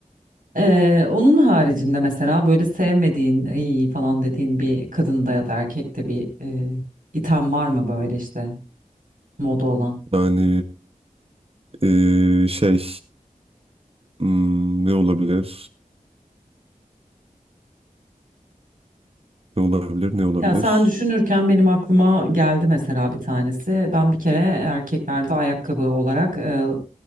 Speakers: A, on the right; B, on the right.
A: Ee, onun haricinde mesela böyle sevmediğin "Ay" falan dediğin bir kadında ya da erkekte bir e, item var mı böyle işte moda olan?
B: Yani e, şey hmm, ne olabilir? Ne olabilir? Ne olabilir?
A: Ya sen düşünürken benim aklıma geldi mesela bir tanesi. Ben bir kere erkeklerde ayakkabı olarak e,